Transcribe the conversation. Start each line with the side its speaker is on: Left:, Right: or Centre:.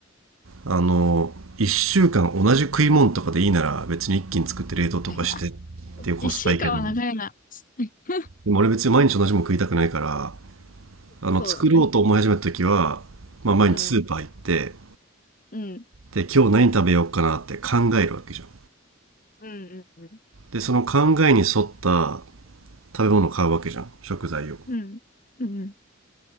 Right: あの1週間同じ食い物とかでいいなら別に一気に作って冷凍とかしてっ
Left: <laughs>
Right: ていうコスパいいけど
Left: 一週間は長いな。<laughs>
Right: でも俺別に毎日同じもの食いたくないからあの、
Left: そうだね。
Right: 作ろうと思い始めた時は、まあ毎日スーパー行って、
Left: うん。うん。
Right: で、今日何食べようかなって考えるわけじゃん。
Left: うん、うん、うん。
Right: で、その考えに沿った食べ物を買うわけじゃん。食材を。
Left: うん。うん。